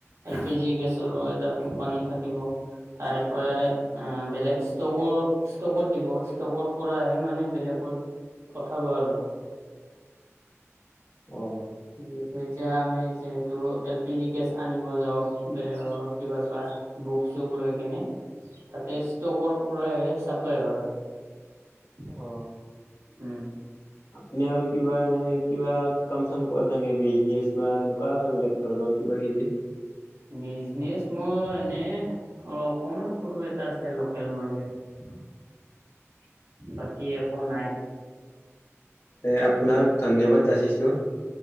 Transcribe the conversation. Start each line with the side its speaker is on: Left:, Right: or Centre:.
Right: এল পি জি গেছৰ এটা কোম্পানী থাকিব। তাৰেপ বেলেগ ষ্টকো ষ্টকত দিব ষ্টকৰ পৰাহে মানে বেলেগত পঠাব আৰু।
Left: অ
Right: যিহেতু এতিয়া আমি যিহেতু এল পি জি গেছ আনিব যাও বেলেগৰ কিবাৰ পৰা। বুক চুক লৈ কেনে। তাতে ষ্টকৰ পূই চাপ্লাই হয়।
Left: অ
Right: উম
Left: আপুনি আৰু কিবা এনে কিবা কম চাম কৰ নাকে বিজনেচ বা এনেকুৱা বিলাক ত নাগি কিবা কিবি
Right: বিজনেচ মোৰ এনে অ অকমান সৰু এটা আছে লোকেল মুৰ্গীৰ এটা
Left: <unintelligible>
Right: বাকী একো নাই।
Left: এই আপোনাক ধন্যবাদ জাচিছোঁ।